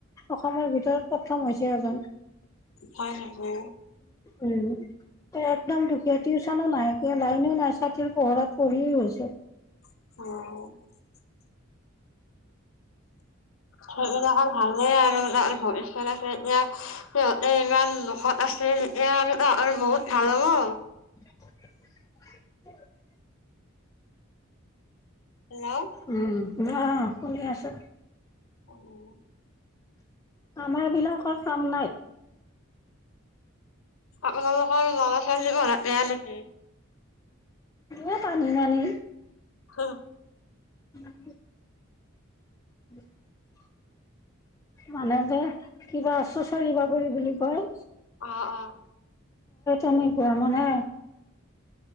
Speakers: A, on the left; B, on the left.
A: অসমৰ ভিতৰত প্ৰথম হৈছে এজন।
B: হয় <unintelligible>
A: উম, একদম দুখীয়া টিউচনো নাই কিয় লাইনো নাই ছাকি পোহৰত। পঢ়ি হৈছে।
B: অ' সেইবিলাক আৰু ভালেই আৰু ভৱিষ্যত আছে এতিয়া। সিহঁতে ইমান দুখত আছিল এ আৰু আৰু বহুত ভাল হ'ব
A: <unintelligible>
B: হেল্ল'
A: উম, আহ শুনি আছো।
B: অ'
A: আমাৰ বিলাকৰ কাম নাই।
B: আপোনালোকৰ ল'ৰা ছোৱালী ঘৰত নাই নেকি?
A: এ পানী পানী
B: হ
A: উম, <unintelligible> মানে যে কিবা চুচৰি বাগৰি বুলি কয়
B: অ', অ'।
A: তেনেকুৱা মানে